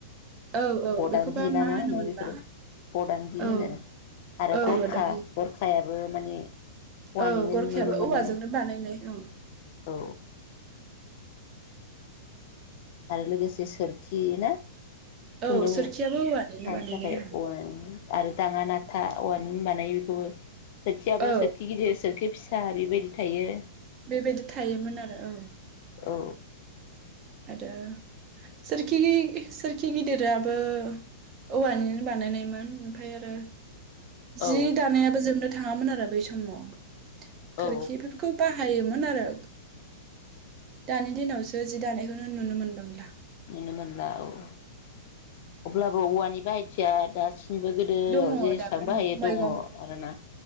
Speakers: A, on the right; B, on the left.
A: औ औ
B: ओ अदांगांगि
A: बेखौबा
B: ना मा
A: होनोमोनबा
B: होनो बेफोरो बदांगि
A: औ
B: होनो आरो
A: औ
B: गरखा
A: आदाहि
B: गरखायाबो माने औवानिनो
A: औ गरखायाबो
B: नुनो मोनो
A: औवाजोंनो बानायनाय औ
B: औ आरो लोगोसे सोरखि ना खुन्दुं
A: औ सोरखियाबो औवानिनो
B: सानो
A: बानायनाय
B: थाखाय
A: औ
B: औवानि आरो दाङा नाथा औवानि बानायो बेखौबो सोरखियाबो
A: औ
B: सोरखि गिदिर सोरखि फिस सा बेबायदि थायो।
A: बेबायदि थायोमोन आरो औ
B: औ
A: आरो सोरखि सोरखि गिदिराबो औवानि बानायनायमोन ओमफ्राय आरो जि
B: औ
A: दानायाबो जोबनो थाङामोन आरो बै समाव खोरखि
B: औ
A: फोरखौ बा हायोमोन आरो दानि दिनावसो जि दानाय खौनो नुनो मोनबांला
B: नुनो मोनला औ अब्लाबो औवानि बाहायथिया दा बो गोदोआव
A: दङ
B: जेसेबांबो
A: दाबो
B: हायो दङ
A: मैगं
B: आरोना